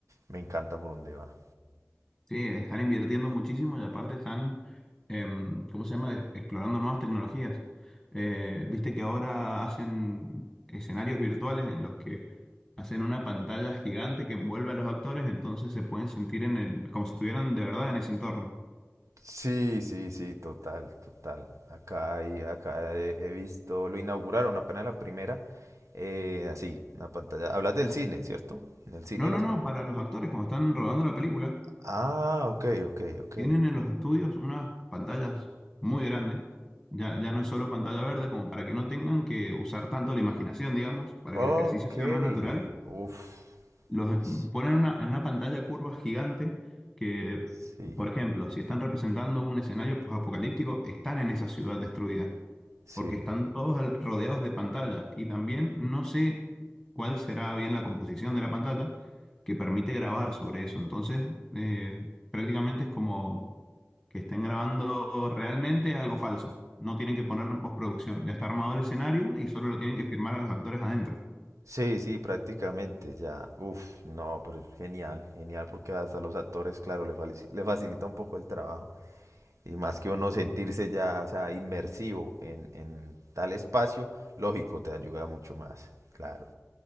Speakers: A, on the right; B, in the centre.
A: me encanta por donde va.
B: Sí, están invirtiendo muchísimo y aparte están, em, ¿cómo se llama? Des- Explorando nuevas tecnologías. Eh, viste que ahora hacen escenarios virtuales en los que hacen una pantalla gigante que envuelve a los actores, entonces se pueden sentir en el, como si estuvieran de verdad en ese entorno.
A: Sí, sí, sí, total, total. Acá, hay- acá he, he visto, lo inauguraron apenas la primera, eh, así, una pantalla. Hablas del cine, ¿cierto? En el cine
B: No,
A: las
B: no, no,
A: pantallas.
B: para los actores, cuando están rodando la película,
A: Ah, ok, ok, ok.
B: Tienen en los estudios unas pantallas muy grandes. Ya, ya no es solo pantalla verde, como para que no tengan que usar tanto la imaginación, digamos, para
A: Ok,
B: que el ejercicio sea más natural.
A: uf.
B: Los
A: ish,
B: ponen en una- en una pantalla curva gigante que,
A: Sí,
B: por ejemplo, si están representando un escenario post-apocalíptico, están en esa ciudad destruida,
A: sí.
B: porque están todos al- rodeados de pantalla. Y también no sé cuál será bien la composición de la pantalla que permite grabar sobre eso. Entonces, eh, prácticamente es como que estén grabando realmente algo falso. No tienen que ponerlo en postproducción. Ya está armado el escenario y solo lo tienen que firmar a los actores adentro.
A: Sí, sí, prácticamente ya. Uf, no, pero genial, genial, porque hasta los actores, claro, le, fali- le facilita un poco el trabajo. y más que uno sentirse ya, o sea, inmersivo en, en tal espacio, lógico, te ayuda mucho más, claro.